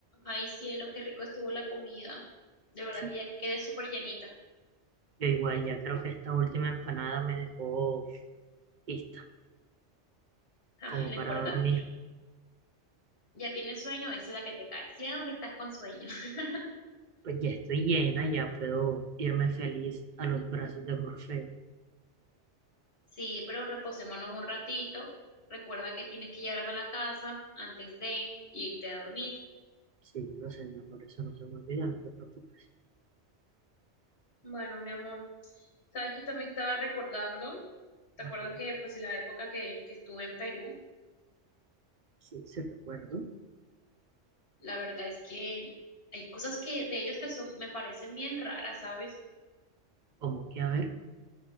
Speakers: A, on the left; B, on the right.
A: Ay, cielo, qué rico estuvo la comida. De verdad
B: Sí,
A: que ya quedé súper llenita.
B: yo igual ya creo que esta última empanada me dejó lista
A: Ay,
B: como
A: lo
B: para
A: importante.
B: dormir.
A: ¿Ya tienes sueño? Esa es la que te cae. Siempre estás con sueño. <laughs>
B: Pues ya estoy llena, ya puedo irme feliz a los brazos de Morfeo.
A: Sí, pero reposémonos un ratito. Recuerda que tienes que llevarme a la casa antes de irte a dormir.
B: Sí, lo sé, mi amor, eso no se me olvida, no te preocupes.
A: Bueno, mi amor, sabes que también estaba recordando, te
B: A
A: acuerdo
B: ver,
A: que pues en la época que, que estuve en Perú,
B: sí, sí recuerdo.
A: la verdad es que hay cosas que de ellos que son, me parecen bien raras, ¿sabes?
B: Como que, a ver,